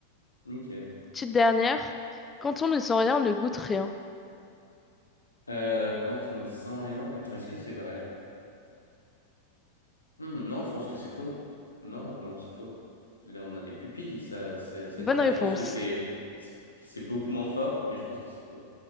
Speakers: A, on the left; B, on the left.
A: Ok.
B: Petite dernière, quand on ne sent rien, on ne goûte rien.
A: Euh, quand on ne sent rien. Attends, est-ce que c'est vrai? Hmm, non, je pense que c'est faux. Non, non, c'est faux. Là, on a des pupilles, ça, ça, ça
B: Bonne
A: diffère.
B: réponse.
A: Je pense que c'est, c'est c'est beaucoup moins fort, mais je pense que c'est faux.